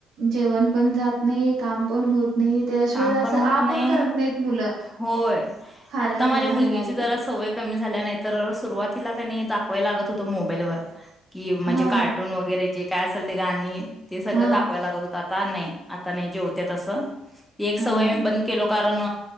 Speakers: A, on the right; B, in the centre.
A: जेवण पण जात नाही काम पण होत नाही त्याशिवाय
B: काम
A: असं
B: पण होत
A: आ
B: नाही
A: करत नाहीत मुलं.
B: होय
A: खायला
B: आता
A: घालायला
B: माझ्या मुलगीची
A: लागली आई
B: जरा
A: तर
B: सवय कमी झाल्या नाही तर सुरुवात तिला कानी <unintelligible> लागत होतं मोबाईलवर की म्हणजे
A: हा
B: कार्टून वगैरे. जे काय असेल ते गाणी. ते सगळं
A: हा.
B: दाखवायला लागत होत आता नाही आता नाही जेवत्या तसं एक
A: हा.
B: सवय मी बंद केलो कारण